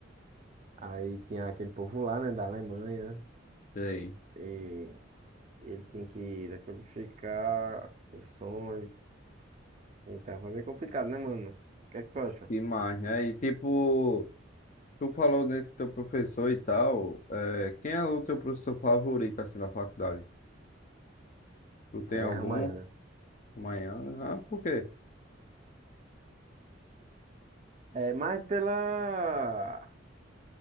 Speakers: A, on the right; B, on the left.
A: Aí tinha aquele povo lá, né, da Alemanha,
B: sei.
A: e ele tinha que decodificar os sons. Então foi bem complicado, né, mano? O que é que tu acha?
B: Que mais, né? E tipo, tu falou nesse teu professor e tal. é, quem é o teu professor favorito, assim, na faculdade? Tu tem
A: É,
B: algum?
A: Ramayana.
B: Amanhã? Ah, por quê?
A: É, mais pela